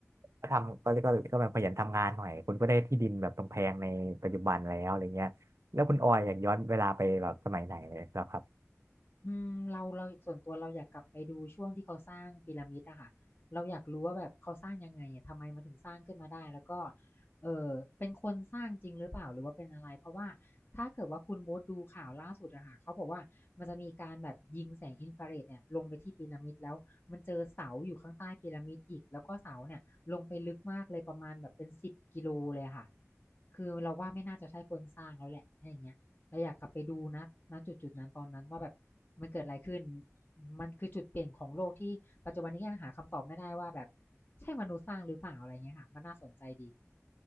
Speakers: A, on the right; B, on the left.
A: ก็ทำก็ก็ก็แบบขยันทำงานหน่อยคุณก็ได้ที่ดินแบบตรงแพงในปัจจุบันแล้วอะไรเงี้ยแล้วคุณออยอยากย้อนเวลาไปแบบสมัยไหนเลยเหรอครับ
B: อืมเราเราส่วนตัวเราอยากกลับไปดูช่วงที่เขาสร้างพีระมิดอะค่ะเราอยากรู้ว่าแบบเขาสร้างยังไงอะทำไมมันถึงสร้างขึ้นมาได้แล้วก็เอ่อเป็นคนสร้างจริงหรือเปล่าหรือว่าเป็นอะไรเพราะว่าถ้าเกิดว่าคุณโบดูข่าวล่าสุดอะค่ะเขาบอกว่ามันจะมีการแบบยิงแสงอินฟราเรดเนี่ยลงไปที่พีระมิดแล้วมันเจอเสาอยู่ข้างใต้พีระมิดอีกแล้วก็เสาเนี่ยลงไปลึกมากเลยประมาณแบบเป็นสิบกิโลเลยอะค่ะคือเราว่าไม่น่าจะใช่คนสร้างแล้วแหละถ้าอย่างเงี้ยเราอยากกลับไปดูณณจุดๆนั้นตอนนั้นว่าแบบ มันเกิดอะไรขึ้น มันคือจุดเปลี่ยนของโลกที่ปัจจุบันนี้ยังหาคำตอบไม่ได้ว่าแบบ ใช่มนุษย์สร้างหรือเปล่าอะไรเงี้ยค่ะ มันน่าสนใจดี